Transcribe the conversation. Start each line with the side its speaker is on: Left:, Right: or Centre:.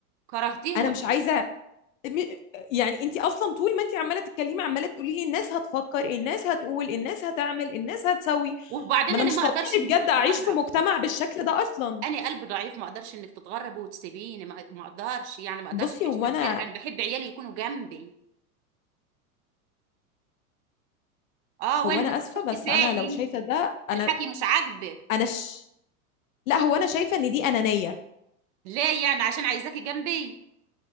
Right: كرهتيهم
Left: أنا
Right: ولا
Left: مش
Right: ايه
Left: عايزة م- يعني أنت أصلا طول ما أنت عمالة تتكلمي عمالة تقولي لي الناس هتفكر الناس هتقول الناس هتعمل الناس هتسوي
Right: وبعدين
Left: ما أنا
Right: انا
Left: مش
Right: ما
Left: طبيعي
Right: اقدرش انك
Left: بجد
Right: تتغرب
Left: أعيش في مجتمع بالشكل ده أصلا
Right: انا قلب ضعيف ما اقدرش انك تتغربي وتسيبيني ما ما اقدرش يعني ما اقدرش
Left: بصي
Right: اعيش
Left: هو
Right: من
Left: انا
Right: غيرك انا بحب عيالي يكونوا جنبي اه وين
Left: هو انا اسفه
Right: رحت
Left: بس
Right: فين
Left: انا لو شايفه
Right: انت
Left: ده انا
Right: الحكي مش عاجبك
Left: انا ش... لا هو انا شايفه ان دي انانيه
Right: ليه يعني عشان عايزاكي جنبي